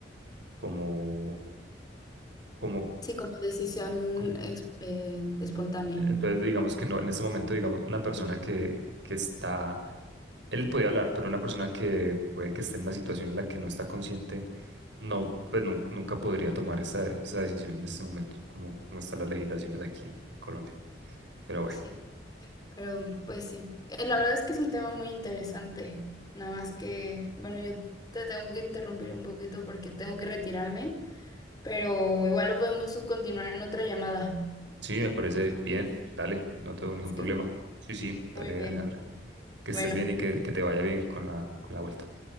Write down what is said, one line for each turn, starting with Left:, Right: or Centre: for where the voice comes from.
Right: como, como,
Left: sí, como decisión
Right: como-
Left: ex- eh, espontánea.
Right: entonces digamos que no, en este momento, digamos, una
Left: Ujú.
Right: persona que, que está, él podía hablar, pero una persona que puede que esté en una situación en la que no está consciente, no, pues nun- nunca podría tomar esa, esa decisión en este momento, como, como están las legislaciones aquí en Colombia. Pero bueno.
Left: Sí, pero pues sí. Eh, La verdad es que es un tema muy interesante, nada más que, bueno, yo te tengo que interrumpir un poquito porque tengo que retirarme. pero igual lo podemos continuar en otra llamada.
Right: Sí, me parece bien. Dale, no tengo ningún
Left: ¿Sí?
Right: problema. Sí, sí, dale,
Left: Muy bien.
Right: Alejandra. Que
Left: Bueno,
Right: estés bien y que, que te vaya bien con la, con la vuelta.